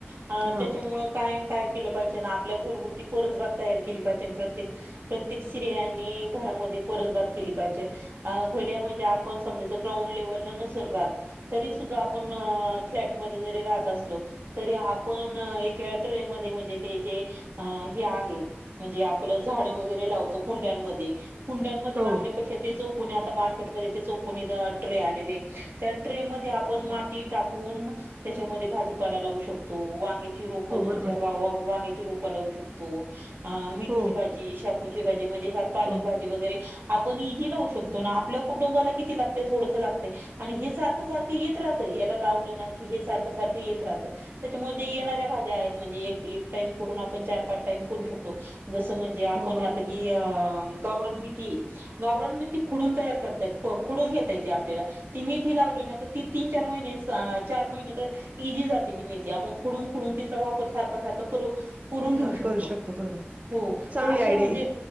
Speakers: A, on the right; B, on the right.
A: अ
B: हां
A: त्याच्यामुळ कायम काय केलं पाहिजे ना आपल्या घरगुती परसबाग तयार केली पाहिजे प्रत्येक प्रत्येक स्त्रियांनी घरामध्ये परसबाग केली पाहिजे. अ भोलिया म्हणजे आपण समजाच ग्राउंड लेवलला नसून राहत तरी सुद्धा आपण फ्लॅटमध्ये जरी राहत असलो तरी आपण एका ट्रे मध्ये म्हणजे ते जे हे आहे म्हणजे आपलं झाडे वगैरे लावतो कुंड्यांमध्ये कुंड्यांमध्ये
B: हो
A: लावण्यापेक्षा ते चौकनी आता मार्केटमध्ये ते चौकनी ट्रे आलेले त्या ट्रे मध्ये आपण माती टाकून त्याच्यामध्ये भाजीपाला लावू शकतो वांग वांगे ची रोप
B: हो
A: दोन,
B: बरोबर
A: चार वा वांग्याची रोप लावू शकतो मेथीची
B: हो
A: भाजी शेपुची भाजी म्हणजे ह्या पालक
B: हो
A: भाजी वगैरे आपण इजी लावू शकतो ना, आपल्या कुटुंबाला किती लागत थोडसं लागत आणि हे सारख सारखं येत राहतं, याला लावलं ना की हे सारखं, सारखं येत राहतं त्याच्यामुळे जे येणाऱ्या भाज्या आहेत म्हणजे एक टाइऊ म करून आपण चार, पाच टाइम करू शकतो. जसं म्हणजे
B: हो
A: आपण
B: बरोबर
A: आता ही अ गौरन मेथीये गावरां मेथी खोडून तयार करताय, खोडून घेता ये ते आपल्याला, ती मेथी लावली ना तर ती तीन, चार महिने, चार महिने तर इझी जाते ती मेथी, आपण खुडून, खुडून तिचा वापर सारख, सारखं करू करून घेऊ
B: हां
A: शकतो,
B: करू बरोबर
A: हो,
B: चांगली
A: अशा
B: आयडिया
A: म्हणजे
B: आहे